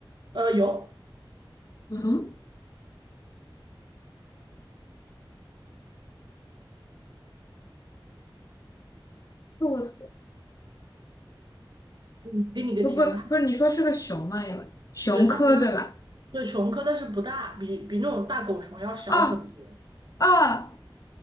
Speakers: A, on the right; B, on the left.
A: 呃，有，
B: 嗯，骆驼，
A: 嗯给你个提示，
B: 不不不是，
A: 它
B: 你说是个熊吗？有熊科对吧？
A: 对它不大，对熊科，但是不大，比比那种大狗熊要小很多。
B: 啊啊，